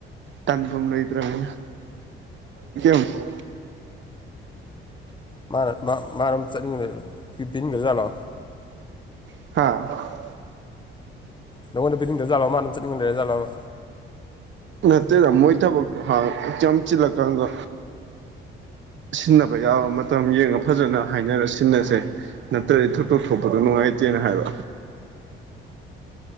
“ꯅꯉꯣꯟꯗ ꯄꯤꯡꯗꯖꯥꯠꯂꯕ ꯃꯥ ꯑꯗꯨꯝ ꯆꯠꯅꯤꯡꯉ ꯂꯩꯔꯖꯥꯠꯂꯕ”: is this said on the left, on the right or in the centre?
Left